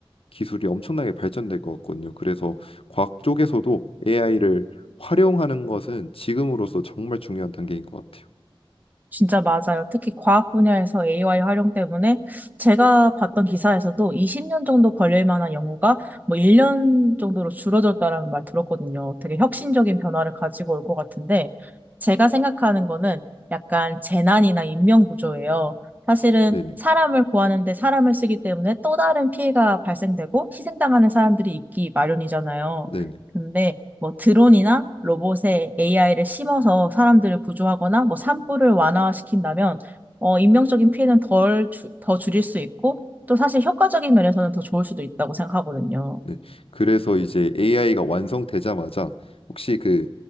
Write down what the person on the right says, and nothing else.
진짜 맞아요. 특히 과학 분야에서 AI 활용 때문에 제가 봤던 기사에서도 20년 정도 걸릴 만한 연구가 뭐 1년 정도로 줄어졌다라는 말 들었거든요. 되게 혁신적인 변화를 가지고 올 것 같은데 제가 생각하는 거는 약간 재난이나 인명 구조예요. 사실은
사람을 구하는데 사람을 쓰기 때문에 또 다른 피해가 발생되고 희생당하는 사람들이 있기 마련이잖아요.
근데 뭐 드론이나 로봇에 AI를 심어서 사람들을 구조하거나 뭐 산불을 완화시킨다면 어, 인명적인 피해는 덜, 줄- 더 줄일 수 있고 또 사실 효과적인 면에서는 더 좋을 수도 있다고 생각하거든요.